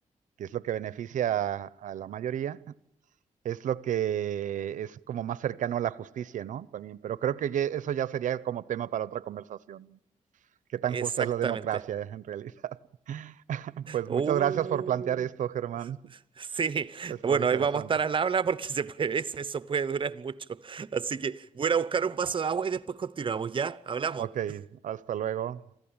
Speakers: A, on the right; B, on the right.
A: que es lo que beneficia a, a la mayoría, es lo que es como más cercano a la justicia, ¿no? También, pero creo que ye- eso ya sería como tema para otra conversación. ¿Qué tan
B: Exactamente.
A: justa es la democracia en realidad? <laughs> Pues
B: Uh,
A: muchas gracias por plantear esto, Germán.
B: sí,
A: Estuvo
B: bueno,
A: interesante.
B: ahí vamos a estar al habla porque se puede, <laughs> eso eso puede durar mucho. Así que voy a ir a buscar un vaso de agua y después continuamos, ¿ya? Hablamos.
A: Ok, hasta luego.